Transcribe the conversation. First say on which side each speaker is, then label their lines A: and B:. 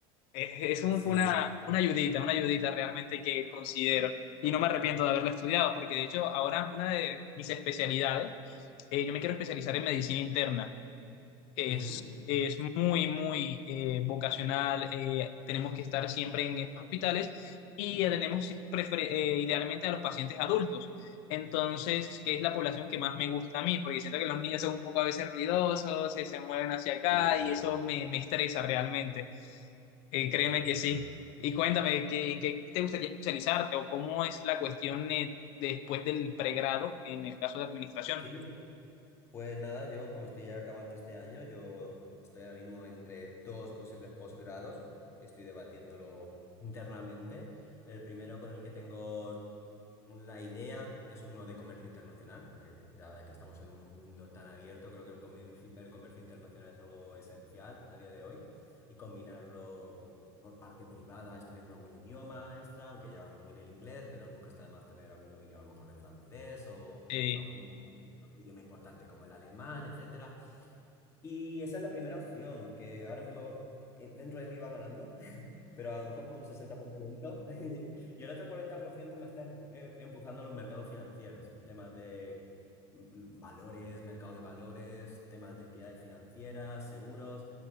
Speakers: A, on the left; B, on the left.
A: Eh, Eso
B: Sí,
A: fue una, una ayudita, una ayudita realmente que considero. Y no me arrepiento de haberla estudiado, porque de hecho ahora una de mis especialidades eh, yo me quiero especializar en medicina interna. Es,
B: ujú,
A: es muy, muy eh, vocacional. eh, tenemos que estar siempre en los hospitales y atendemos prefer- eh, idealmente a los pacientes adultos. Entonces, que es la población que más me gusta a mí, porque siento que los niños son un poco a veces ruidosos, se, se mueven hacia acá
B: Sí,
A: y eso me, me estresa realmente. Eh,
B: sí,
A: créeme
B: eso es verdad.
A: que sí. Y cuéntame, ¿qué, en qué te gustaría especializarte o cómo es la cuestión eh, después del pregrado en el caso de administración?
B: Sí, pues nada, yo como estoy ya acabando este año, yo estoy ahora mismo entre dos posibles posgrados, estoy debatiéndolo internamente. El primero con el que tengo La idea es uno de comercio internacional, porque ya que estamos en un mundo tan abierto, creo que el comercio, el comercio internacional es algo esencial a día de hoy y combinarlo co- por parte privada estudiando algún idioma extra, aunque ya domine el inglés, pero nunca está de más tener algún dominio a lo mejor de francés o
A: Eh,
B: algún idioma importante como el alemán, etcétera. Y esa es la primera opción que ahora mismo eh, dentro de mí va ganando pero a lo mejor por un sesenta por ciento <laughs> Y el otro 40% me está empu- eh, empujando a los mercados financieros, temas de mm, valores, mercado de valores, temas de entidades financieras, seguros,